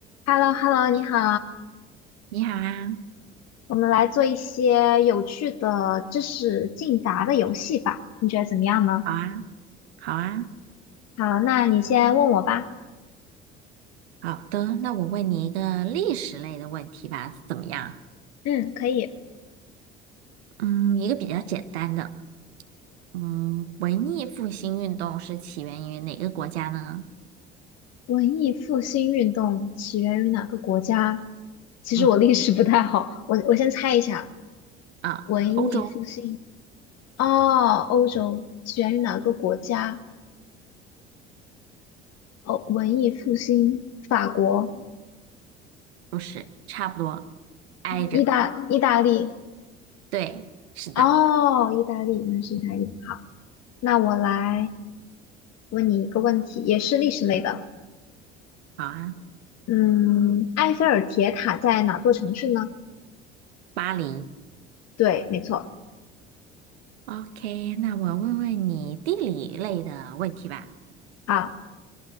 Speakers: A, on the left; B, on the right.
A: h e l l o h e l l o 你好，
B: 你好啊，
A: 我们来做一些有趣的知识竞答的游戏吧，你觉得怎么样呢？
B: 好啊，好啊，
A: 好，那你先问我吧。
B: 好的。那我问你一个历史类的问题吧，怎么样？
A: 嗯，可以。
B: 嗯，一个比较简单的。嗯，文艺复兴运动是起源于哪个国家呢？
A: 文艺复兴运动起源于哪个国家？其实我历史不太好，
B: 嗯
A: 我我先猜一下。
B: 啊，
A: 文艺复兴，
B: 欧洲
A: 哦，欧洲起源于哪个国家？哦，文艺复兴，法国、
B: 不是，差不多，挨着。
A: 意大意大利。
B: 对，是的，
A: 哦，意大利，原来是意大利。好，那我来。问你一个问题，也是历史类的。
B: 好啊，
A: 嗯，埃菲尔铁塔在哪座城市呢？
B: 巴黎。
A: 对，没错。
B: OK，那我问问你地理类的问题吧。
A: 好，